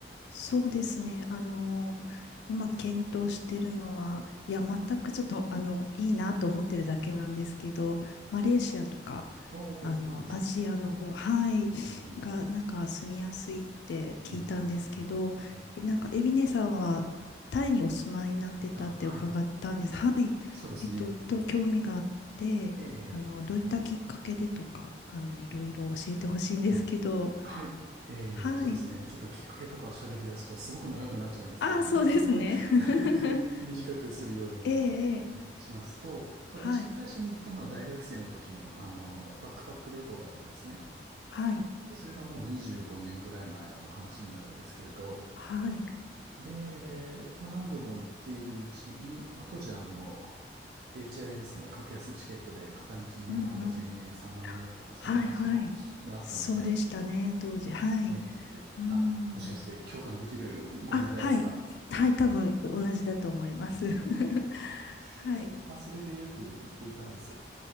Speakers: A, on the left; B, on the right.
A: そうですね。あのー、今検討してるのは、いや、全くちょっと、あの、いいなと思ってるだけなんですけど、マレーシアとか、
B: おー、
A: あの、
B: いいですね。
A: アジアの方、はい、
B: えー、
A: が、なんか住みやすいって聞いたんですけど、
B: うん、うん、うん、うんうん。
A: え、なんか、エビネさんは、タイにお住まいになってたって伺ったんです。
B: あ、はい。
A: はい。
B: そうですね。
A: えっと、と、興味があって、
B: えー、
A: あの、どういったきっかけでとか、あの、いろいろ教えてほしいんですけど、
B: はい。えー、
A: はい。
B: そうですね。ちょっときっかけとか喋り出すとすごく長くなっちゃうんですけど、
A: ああ、そうですね。
B: <laughs>
A: <laughs>
B: なるべく短くするように
A: ええ、ええ
B: えーしますと、まあ、
A: はい、
B: 一番最初に行ったのは大学生の時の、あの、バックパック旅行だったんですね。
A: はい、
B: で、それがもう25年ぐらい前の話になるんですけれど、
A: はい。
B: で、まあ、何度も行っているうちに、まあ、当時はあの、HIS の格安チケットで片道2万5千円、
A: うんうん。
B: 3万円とか、そんな感じのがあったので、
A: はい、はい。そうでしたね、当時。はい。
B: ええ、いえいえあ、
A: うーん。
B: もしかして共感できるご年代ですか
A: あ、はい。はい、多分同じだと思います。
B: <laughs> はい
A: <laughs> はい。
B: そう。まあ、それでよく行っていたんです。